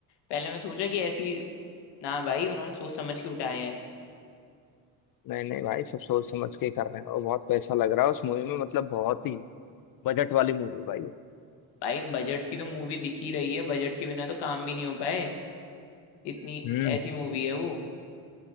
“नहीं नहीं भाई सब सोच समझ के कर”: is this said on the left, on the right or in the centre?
Left